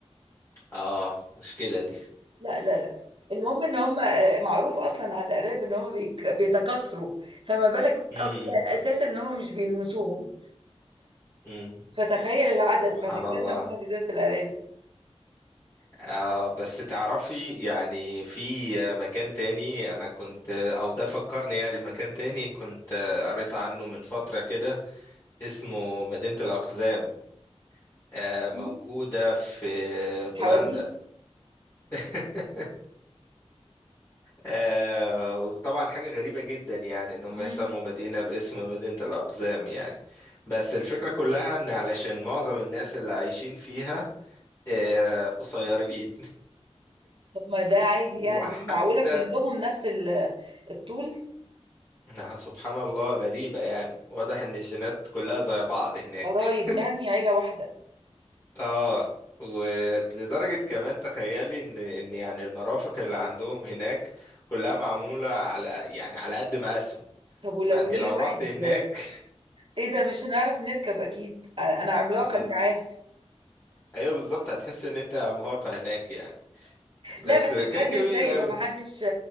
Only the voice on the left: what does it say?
اه مشكلة دي
امم
امم
سبحان
الله
آه بس تعرفي يعني في مكان تاني انا كنت او ده فكرني يعني بمكان تاني كنت قريت عنه من فترة كده اسمه مدينة الأقزام آه موجودة
في بولندا
<laughs> آه وطبعا حاجة غريبة جدا يعني ان هم
يسموا مدينة باسم مدينة الأقزام يعني بس الفكرة كلها ان علشان معظم الناس اللي عايشين فيها آه قصيرين
<laughs> وحتى
إنها سبحان الله غريبة يعني واضح ان الجينات كلها زي بعض هناك
<laughs>
اه ولدرجة كمان تخيلي ان ان يعني المرافق اللي عندهم هناك كلها معمولة على يعني على قد ما اسهم
فانت
لو رحت
هناك
<laughs>
ايوه بالظبط هتحس ان انت عملاقة هناك يعني بس
كان
جميل
قوي